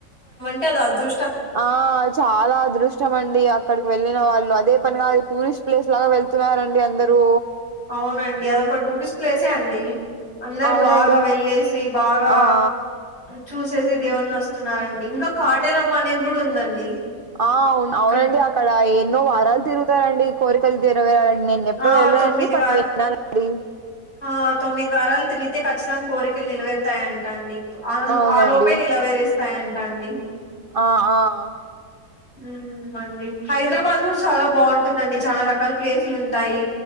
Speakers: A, on the left (about 35°); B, on the right (about 40°).
A: టే అది అదృ
B: ఆ చాలా అదృష్టమండి అక్కడికి వెళ్ళిన వాళ్ళు అదే పనిగా అది టూరిస్ట్ ప్లేస్ లాగా వెళ్తున్నారండి అందరుూ
A: అవునండి అది ఒక టూరిస్ట్ ప్లేసే అండి అందరు
B: అవునండి
A: బాగా వెళ్ళేసి బాగా
B: ఆ ఆ
A: చూ సేసి దేవుడిని వస్తున్నారండి ఇంకా కాటేరమ్మ అనేది కూడా ఉందండి
B: ఆ అవును
A: ఇక్కడ
B: అవునండి అక్కడ ఎన్నో వారాలు తిరుగుతారండి కోరికలు తీరవేరాల నేను ఎప్పుడూ
A: ఆ
B: వెళ్ళలేదండి
A: తొమ్మిది
B: బట్
A: వార
B: విన్నానండి
A: ఆ తొమ్మిది వారాలు తిరిగితే ఖచ్చితంగా కోరికలు నేలవేరుతాయంట అండి
B: అవునండి
A: ఆ లోపే నిలవేరేస్తాయంట అండి
B: ఆ ఆ
A: ఉమ్మ్ అండి హైదరాబాద్ కూడా చాలా బాగుంటుందండి చాలా రకాల ప్లేసులు ఉంటాయి